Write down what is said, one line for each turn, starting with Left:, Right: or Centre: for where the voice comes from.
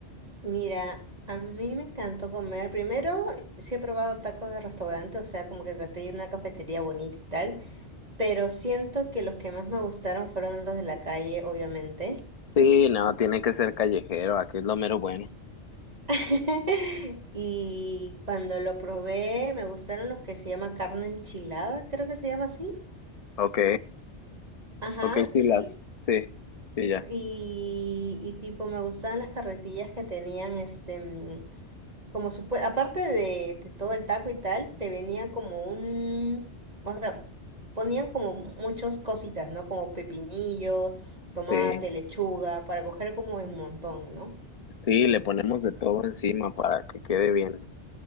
Right: Mira, a mí me encantó comer. Primero, sí he probado tacos de restaurante, o sea, como que traté de ir a una cafetería bonita y tal. pero siento que los que más me gustaron fueron los de la calle, obviamente.
Left: Sí, no, tiene que ser callejero, aquí es lo mero bueno.
Right: <laughs> Y cuando lo probé, me gustaron los que se llama carne enchilada, creo que se llama así.
Left: Ok,
Right: Ajá,
Left: ok, sí, las,
Right: y,
Left: sí, sí, ya,
Right: y, y tipo me gustaban las carretillas que tenían este, mm, como supue- aparte de, de todo el taco y tal, te venía como un, o sea, ponían como muchas cositas, ¿no? Como pepinillo, tomate,
Left: sí,
Right: lechuga, para coger como un montón, ¿no?
Left: sí, le ponemos de todo encima para que quede bien,